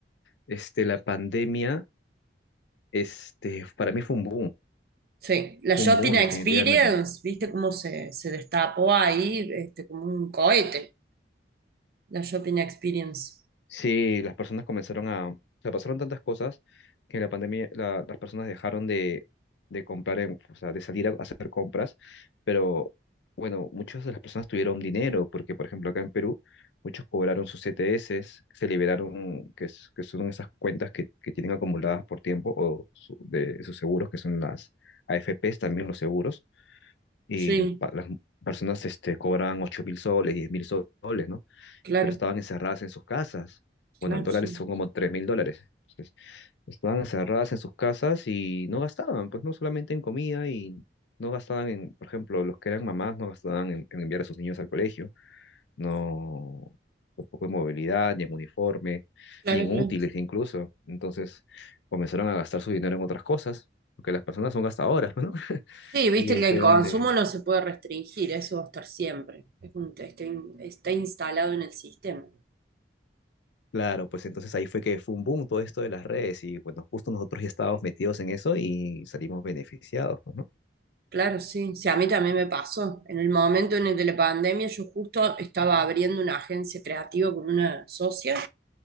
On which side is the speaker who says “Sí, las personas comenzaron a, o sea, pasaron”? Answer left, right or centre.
Left